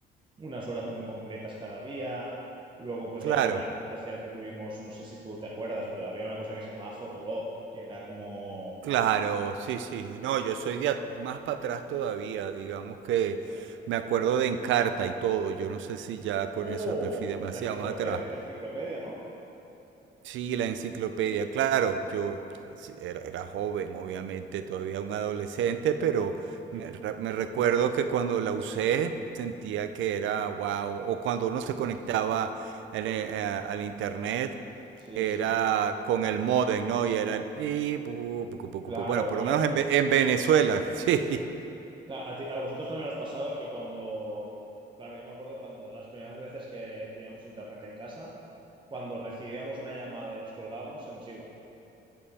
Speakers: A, on the right; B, on the right.
A: unas horas muy concretas cada día, luego pues
B: claro.
A: la primera red social que tuvimos, no sé si tú te acuerdas, pero había una cosa que se llamaba Fotolog, que era como...
B: Claro, sí, sí. No, yo soy de a- más para atrás todavía. Digamos que
A: Ajá.
B: me acuerdo de Encarta y todo. Yo no sé si ya con
A: ¡Oh!
B: eso me fui demasiado
A: La enciclopedia,
B: más atrás.
A: la enciclopedia, ¿no?
B: Sí, la enciclopedia, claro, yo sí, era, era joven, obviamente, todavía un adolescente, pero
A: Sí,
B: me, re- me recuerdo que cuando la usé sentía que era wow, o cuando uno se conectaba en e- a- al internet,
A: Sí,
B: era
A: sí,
B: con el modem, ¿no? Y era el... pi, pu, pu, pu, pu,
A: claro,
B: pu. Bueno, por
A: claro.
B: lo menos en, Ve- en Venezuela, <laughs> sí.
A: Cla- A ti- a vosotros también os pasaba que cuando, claro, yo me acuerdo cuando las primeras veces que teníamos internet en casa, cuando recibíamos una llamada y descolgábamos, se nos iba.